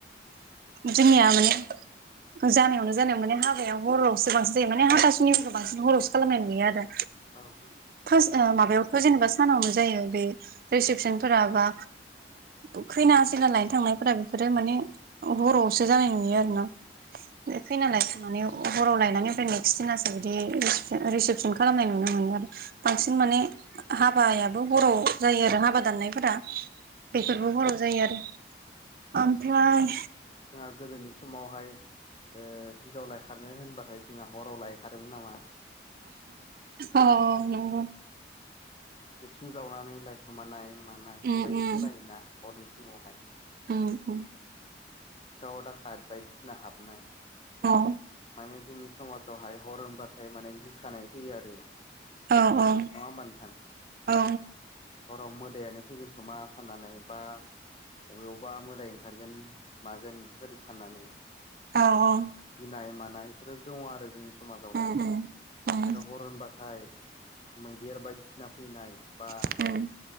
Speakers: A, on the right (about 50°); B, on the left (about 30°).
A: जोंनिया माने जानायावनो जानायावनो माने हाबाया हरावसो बांसिन जायो माने हाथासुनि बांसिन हरावसो खालामनाय नुयो आरो
B: औ
A: फार्स्ट ओ माबायावथ' जेनेबा सानावनो जायो बे रिसिपसनफोरा बा ओ खैनासैना लायनो थांनायफोरा बेफोरो माने हरावसो जानायनि नुयो आरोना। बे खैना लायखांनानै हराव लायनानै ओमफ्राय नेक्स्ट दिनासो बिदि ओम रिसिप- रिसिपसन खालामनाय नुनो मोनो आरो बांसिन माने हाबायाबो हराव जायो आरो हाबा दाननायफोरा बेफोरबो
B: जोंहा
A: हराव जायो आरो। ओमफ्राय
B: जोंहा गोदोनि समावहाय ओ हिनजाव लायखारनो होनबाथाय जोंहा हराव लाय खारोमोन नामा।
A: औ नंगौ
B: उसुं जावनानै लाइ खोमानाय मानाय
A: उम
B: बेबायदि
A: उम
B: खोनायोना हरनि समावहाय।
A: औ ओम
B: सिखाव दाखायद बायदिसिना हाबनाय
A: औ
B: माने जोंनि समाजावहाय हर होमबाथाय माने गिखानाय फैयो आरो।
A: औ औ
B: नङा होमबा नोंथां
A: औ
B: हराव मोदायानो फैगोन खोमा साननानै बा अबे अवबा मोदाय ओंखारगोन मागोन बेफोरबायदि साननानै।
A: औ औ
B: गिनाय मानाय बेफोरो दङ आरो जोंनि समाजावहाय।
A: उम उम उम
B: आरो हर होनबाथाय मैदेर बायदिसिना फैनाय बा
A: उम